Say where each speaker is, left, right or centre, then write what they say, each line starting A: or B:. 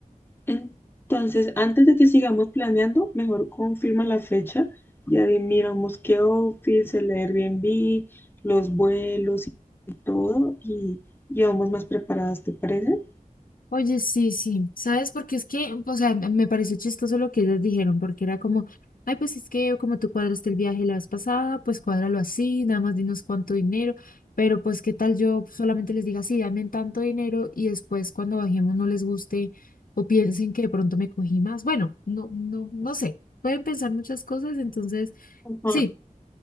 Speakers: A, on the left; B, on the left.
A: Entonces, antes de que sigamos planeando, mejor confirma la fecha, ya de- miramos qué office, el Airbnb, los vuelos y todo, y, y vamos más preparadas, ¿te parece?
B: Oye, sí, sí, ¿sabes? Porque es que, o sea, me me pareció chistoso lo que ellas dijeron, porque era como, ay, pues es que como tú cuadraste el viaje la vez pasada, pues cuádralo así, nada más dinos cuánto dinero, pero pues qué tal yo solamente les diga, sí, dame tanto dinero y después cuando bajemos no les guste o piensen que de pronto me cogí más. Bueno, no, no, no sé, pueden pensar muchas cosas, entonces,
A: Ajá,
B: sí.